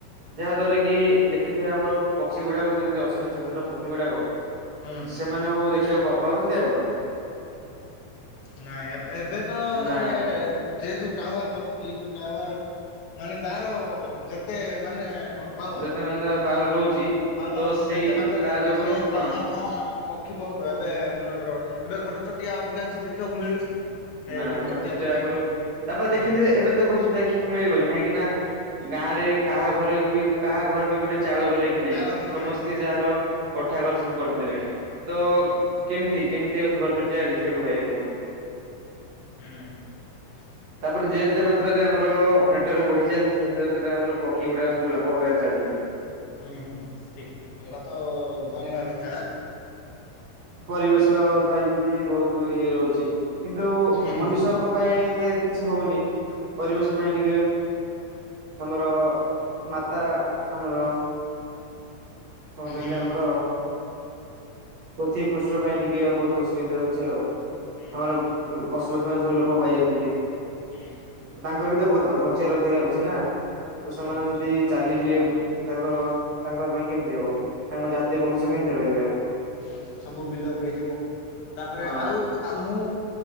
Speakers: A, on the right; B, on the left.
A: ଯାହା ଦ୍ଵାରା କି ଦେଖିଥିବେ ଆମର ପକ୍ଷୀ ଗୁଡାକ ଯୋଉ ଅଛନ୍ତି ଛୋଟ ଛୋଟ ପକ୍ଷୀ ଗୁଡାକ
B: ହୁଁ
A: ସେମାନଙ୍କୁ ଦେଖିବାକୁ ପାଉ ପାଉଛନ୍ତି ଆପଣ?
B: ନାଇଁ ଏବେ ଏବେ ତ
A: ନା
B: ସେ ଯେହେତୁ ଟାୱାର ବ ଦିସ ଟାୱାର ମାନେ ତାର ଯେତେ ମାନେ କଣ ପାୱାର,
A: ଯେତେ ମାନେ ତାର ପାୱାର ରହୁଛି
B: ପାୱାର
A: ତ ସେଇ
B: ଯେତେ ମାତ୍ରାରେ
A: ତା ଯୋଗୁ
B: ସେ
A: ହଁ
B: ପାୱାର ଦ୍ଵାରା ଏବେ ମନେକର ଏବେ ଘର ଚଟିଆ ଅଧିକାଂଶ ଦେଖିବାକୁ ମିଳୁଛି? ସେ
A: ନା ଘର ଚଟିଆ
B: ବି
A: ଆଗରୁ
B: ନାହିଁ।
A: ତାପରେ ଦେଖିଥିବେ
B: ହୁଁ।
A: ଏବେ ତ ଘଛ ଦେଖିବାକୁ ମିଳିବନି କାହିଁକି ନା ଗାଁରେ କାହା ଘରେ ବି କାହା ଘର ବି ଗୋଟେ ଚାଳ ଘରେ କି ନାହିଁ
B: ଚାଳ ଘର
A: ସମସ୍ତେ
B: ନାହିଁ
A: ଯାହାର କୋଠା ଘର ସବୁ କରିଦେଲେଣି ତ
B: ହୁଁ ହୁଁ
A: କେମିତି କେମିତି ଆଉ ସେ ଘର ଚଟିଟା ଦେଖିବାକୁ ପାଇବେ କୁହନ୍ତୁ।
B: ହୁଁ।
A: ନମସ୍କାର। ତାପରେ ଯେତେ ମାତ୍ରାରେ ଆମର ନେଟୱର୍କ ବଢି ଚାଲିଛି ସେତେ ମାତ୍ରାରେ ଆମର ପକ୍ଷୀ ଗୁଡାକ ସବୁ ଲୋପ ହେବାରେ ଚାଲୁଛନ୍ତି।
B: ହୁଁ ହୁଁ ଠିକ ସେଟା ତ ଜାଣିବା କଥା।
A: ପରିବେଶ ପାଇଁ ବି ବହୁତ ଇଏ ରହୁଛି, କିନ୍ତୁ
B: ହୁଁ ହୁଁ
A: ମନୁଷ୍ୟଙ୍କ ପାଇଁ ଏତେ କିଛି ହଉନି ପରିବେଶ ପାଇଁ ଟିକେ ଆମର ମାତା ଆମର କଣ କହିଲେ
B: ହୁଁ।
A: ଆମର ପୋଥିବ ପୃଷ୍ଠ ପାଇଁ ଟିକେ ବହୁତ ଅସୁବିଧା ହଉଛି ଆଉ
B: ହୁଁ
A: ହଁ
B: ହୁଁ
A: <unintelligible> ଲୋକ ପାଇ ଯାଉଛନ୍ତି।
B: ହୁଁ।
A: ର ବି ତ ବଞ୍ଚିବାର ଅଧିକାର ଅଛି ନା ତ ସେମାନେ
B: ହୁଁ ହୁଁ ହୁଁ
A: ଯଦି ଚାଲିଯିବେ ତାେଲେ ତାଙ୍କ ପାଇଁ କେମିତି ହବ ତାଙ୍କ ଜାତୀୟ ବଂଶ କେମିତି ରହିବେ ଆଉ।
B: ହୁଁ ସବୁ ବିଲପ ହେଇଯିବ। ତାପରେ
A: ହଁ।
B: ଆଉ ମୁଁ